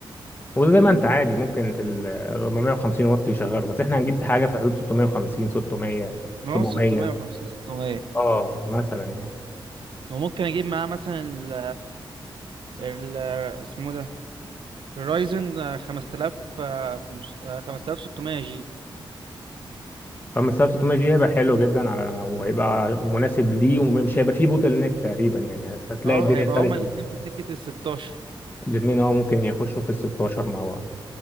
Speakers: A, on the left (about 20°); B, on the right (about 65°).
A: وده زي
B: امم
A: ما انت عادي ممكن في ال 450 واط يشغله بس احنا هنجيب حاجه في حدود 650 600
B: ما
A: 700
B: هو 650 600
A: اه مثلا يعني
B: وممكن اجيب معاه مثلا ال ال اسمه ده الرايزن 5000 آه، خمس- آه، 5600 جي
A: فما 600 جي هيبقى حلو جدا على وهيبقى مناسب ليه ومش هيبقى فيه بوتل نيك تقريبا يعني هتلاقي
B: اه
A: اه الدنيا
B: هيبقى
A: بالظبط
B: هما
A: سلسه
B: الاثنين في سكة ال 16
A: الاثنين اه ممكن يخشوا في ال 16 مع بعض